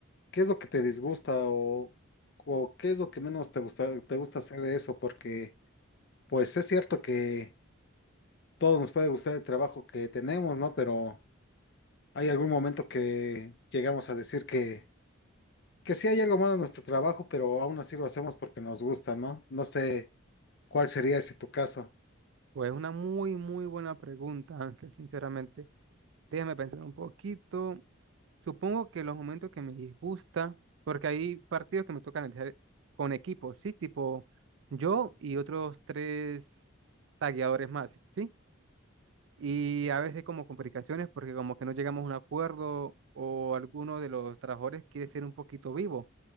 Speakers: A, on the left (about 55°); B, on the right (about 65°).
A: ¿qué es lo que te disgusta o, o qué es lo que menos te gusta, te gusta hacer de eso? Porque, pues es cierto que todos nos puede gustar el trabajo que tenemos, ¿no? Pero hay algún momento que llegamos a decir que, que sí hay algo malo en nuestro trabajo, pero aún así lo hacemos porque nos gusta, ¿no? No sé cuál sería ese tu caso.
B: pues una muy, muy buena pregunta, <laughs> Ángel, sinceramente. Déjame pensar un poquito. Supongo que los momentos que me disgusta, porque hay partidos que me tocan analizar con equipos, ¿sí? Tipo yo y otros tres tagueadores más, ¿sí? y a veces como complicaciones porque como que no llegamos a un acuerdo o alguno de los trabajadores quiere ser un poquito vivo,